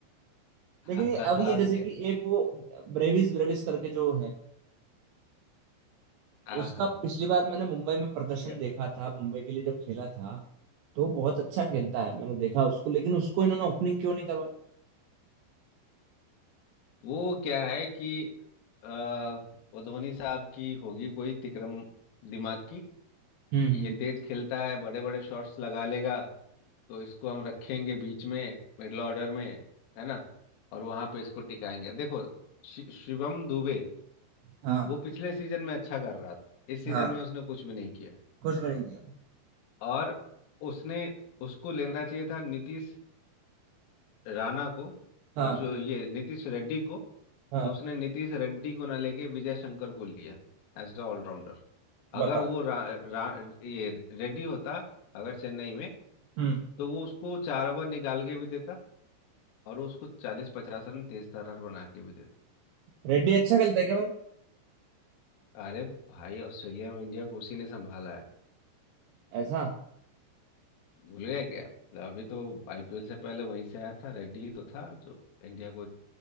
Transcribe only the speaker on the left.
<laughs>
और
क्या
हाँ
हाँ
ये-
वो क्या है कि आ, वो धोनी साहब की होगी कोई तिक्रम दिमाग की कि
ये तेज खेलता है बड़े बड़े शॉट्स लगा लेगा तो इसको हम रखेंगे बीच में मिडिल ऑर्डर में है ना और वहां पे इसको टिकाएंगे देखो शि- शिवम दुबे
वो पिछले सीजन में अच्छा कर रहा था इस सीजन
में उसने कुछ भी नहीं किया
और उसने उसको लेना चाहिए था नीतीश राणा को
जो ये नीतीश रेड्डी को
तो उसने नीतीश रेड्डी को ना लेके विजय शंकर को लिया एज अ ऑलराउंडर अगर
वो रा, रा, ये रेड्डी होता अगर चेन्नई में
तो वो उसको चार ओवर निकाल के भी देता और वो उसको चालीस पचास रन तेज तर्रार बना के भी देता
अरे भाई ऑस्ट्रेलिया में इंडिया को उसी ने संभाला है
भूल गए क्या मतलब अभी तो आईपीएल से पहले वहीं से आया था रेड्डी ही तो था जो इंडिया को